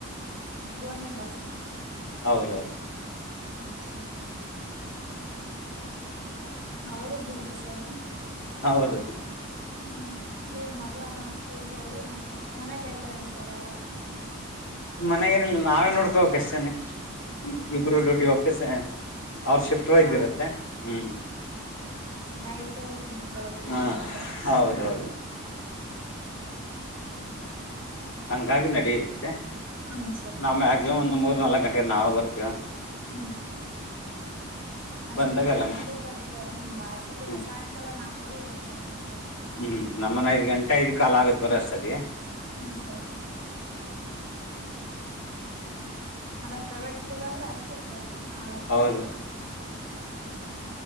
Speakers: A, on the right; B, on the left.
A: ಗೋರ್ಮೆಂಟ್ ಆಸ್ಪತ್ರಾ
B: ಹೌದೌದ
A: ಹ್ಮ್ ಸರ್ ಅವರು ಬಿಜಿ ಸರ್
B: ಹೌದ್
A: ಹ್ಮ್ ಏನ್ ಮಗ ಸ್ಕೂಲ್ಗೋಗಿ ಮತ್ ಮನೆಲ್ಲೆ ಇದ್ದಾರನ್ ಸರ್ ಯಾರ್ ಯಾರು
B: ಮನೆಗೇನಿಲ್ಲ ನಾವೇ ನೋಡ್ಕೋಬೇಕಷ್ಟೇನೆ ಇಬ್ಬರು
A: ಹ್ಮ್
B: ಡ್ಯೂಟಿ
A: ಸರ್
B: ಹೋಗ್ಕೇಸೇ ಅವ್ರ ಶಿಫ್ಟ್ ವೈಸ್
A: ಸಾಯಂ
B: ಇರುತ್ತೆ. ಹ್ಮ್
A: ನೈಟು ಬೆಳಗ್ಗೆ
B: ಹ
A: ಮಧ್ಯಾನ
B: ಹೌದೌದು
A: ಆ ಥರ ಇರುತ್ತೆ.
B: ಹಂಗಾಗಿ ನಡೆಯುತ್ತೆ
A: ಹ್ಮ್ ಸರ್
B: ನಾವು ಮ್ಯಾಕ್ಸಿಮಮ್ ಒಂದು ಮೂರು ನಾಲ್ಕು ಗಂಟೆಗೆ ನಾವು ಬರ್ತಿ
A: ಹ್ಮ ಸರ್ ಆಷ್ಟತಿ
B: ಬಂದಾಗೆಲ್ಲ
A: ಅವರು ನಡೀದ್ ಸರಿ ಮ ಅಷ್ಟತ್ತಿನ
B: ಹ್ಞೂ
A: ಸಾಯಂಕಾಲ ನಾಲ್ಕವರೆ ಬರ್ತಾರೆ ಮಕ್ಕಳು.
B: ಹ್ಮ್ ನಮ್ಮನ್ ಐದು ಗಂಟೆ ಐದು ಕಾಲ್ ಆಗತೇ ಬರಅಷ್ಟ್ಟೇವತಿಗೆ
A: ಹ್ಮ್ ಸರ್ ಅದೇ ಪ್ರೈವೇಟ್ ಸ್ಕೂಲ್ ಅಂದ್ರೆ ಅಷ್ಟೇ ಸರ್ ನಾಲ್ಕವರೆ
B: ಹೌದು